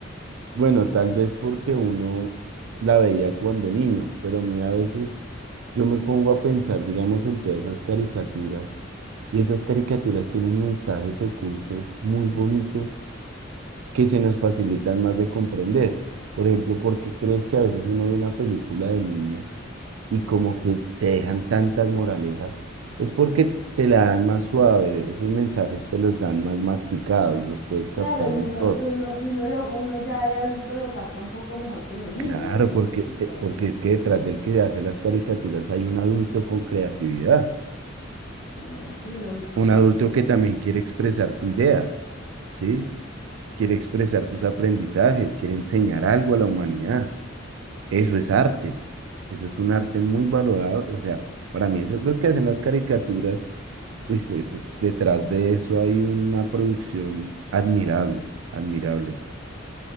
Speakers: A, on the right; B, on the left.
A: bueno, tal vez porque uno la veía cuando niño, pero a mí a veces yo me pongo a pensar, digamos, en todas esas caricaturas. Y esas caricaturas tienen mensajes ocultos muy bonitos que se nos facilitan más de comprender. Por ejemplo, ¿por qué crees que a veces uno ve una película de niños y como que te dejan tantas moralejas? Es porque te la dan más suave, esos mensajes te los dan más masticados, los puedes captar
B: Claro, y
A: mejor.
B: uno, y uno, y uno lo, uno ya de adulto lo capta un poco mejor que los niños,
A: Claro,
B: lógicamente.
A: porque, eh, porque es que detrás del que hace las caricaturas hay un adulto con creatividad,
B: Ah, Sí, lógico,
A: un
B: no
A: adulto
B: tiene.
A: que también quiere expresar su idea, ¿sí? quiere expresar tus aprendizajes, quiere enseñar algo a la humanidad. Eso es arte, eso es un arte muy valorado. O sea, para mí, esos- los que hacen las caricaturas, uy, eso es- detrás de eso hay una producción admirable, admirable.